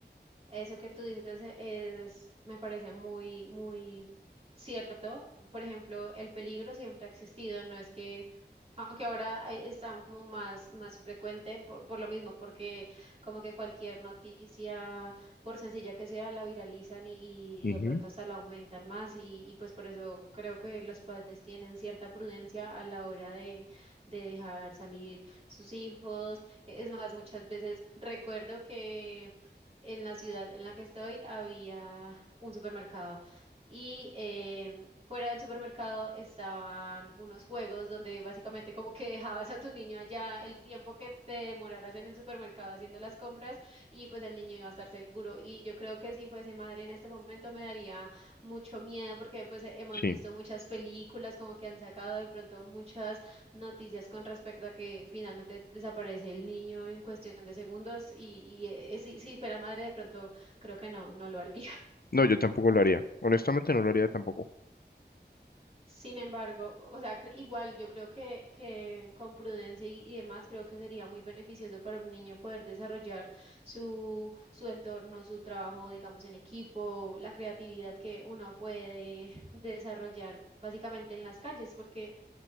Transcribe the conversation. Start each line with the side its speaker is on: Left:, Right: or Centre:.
Right: Eso que tú dices e- es, me parece muy, muy cierto. Por ejemplo, el peligro siempre ha existido, no es que aunque ahora eh, está como más, más frecuente por, por lo mismo, porque como que cualquier noticia, por sencilla que sea, la viralizan y,
Left: Ujú,
Right: y de pronto hasta la aumentan más y, y pues por eso creo que los padres tienen cierta prudencia a la hora de, de dejar salir sus hijos. Es más, muchas veces recuerdo que en la ciudad en la que estoy había un supermercado. Y em, fuera del supermercado estaban unos juegos donde básicamente como que dejabas a tu niño allá el tiempo que te demoraras en el supermercado haciendo las compras y pues el niño iba a estar seguro. Y yo creo que si fuese madre en este momento me daría mucho miedo porque pues eh, hemos
Left: Sí.
Right: visto muchas películas como que han sacado de pronto muchas noticias con respecto a que finalmente desaparece el niño en cuestión de segundos y, y, eh, si, si fuera madre de pronto creo que no, no lo haría.
Left: No, yo tampoco lo haría. Honestamente no lo haría tampoco.
Right: Sin embargo, o sea, cre- igual yo creo que, que con prudencia y, y demás, creo que sería muy beneficioso para un niño poder desarrollar su, su entorno, su trabajo, digamos, en equipo, la creatividad que uno puede <laughs> desarrollar básicamente en las calles, porque